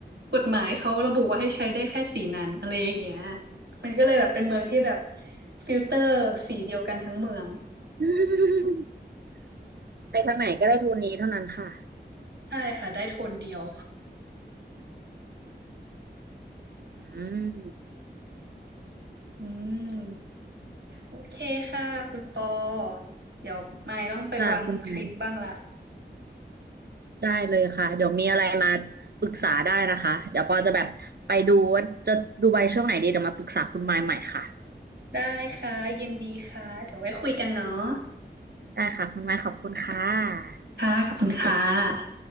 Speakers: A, on the right (about 75°); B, on the right (about 60°).
A: กฎหมายเขาระบุว่าให้ใช้ได้แค่สีนั้นอะไรอย่างเงี้ยมันก็เลยแบบเป็นเมืองที่แบบฟิลเตอร์สีเดียวกันทั้งเมือง
B: <laughs> ไปทางไหนก็ได้โทนนี้เท่านั้นค่ะ
A: ใช่ค่ะได้โทนเดียว
B: อืม
A: อืมโอเคค่ะคุณปอเดี๋ยวไม่ต้องไปวางทริปบ้างละ
B: ค่ะคุณนายได้เลยค่ะเดี๋ยวมีอะไรมาปรึกษาได้นะคะเดี๋ยวปอจะแบบไปดูว่าจะดูใบช่วงไหนดีเดี๋ยวมาปรึกษาคุณมายใหม่ค่ะ
A: ได้ค่ะยินดีค่ะเดี๋ยวไว้คุยกันเนาะ
B: ได้ค่ะคุณไม้ขอบคุณค่ะ
A: ค่ะขอบคุณค่ะ
B: สวัสดีค่ะ